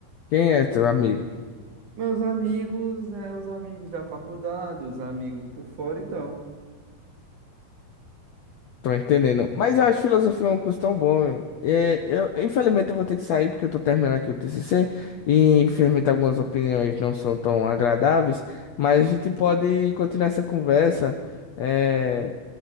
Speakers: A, on the left; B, on the right.
A: Quem é teu amigo?
B: Meus amigos, é, os amigos da faculdade, os amigos por fora e tal.
A: Tô entendendo. Mas eu acho filosofia um curso tão bom. É, eu, infelizmente eu vou ter que sair porque eu tô terminando aqui o TCC e infelizmente algumas opiniões não são tão agradáveis, mas a gente pode continuar essa conversa. É,